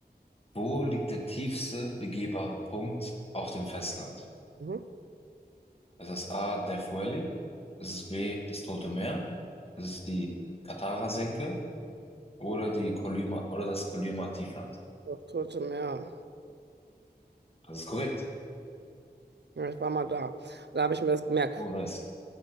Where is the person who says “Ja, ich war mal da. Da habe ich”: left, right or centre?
Right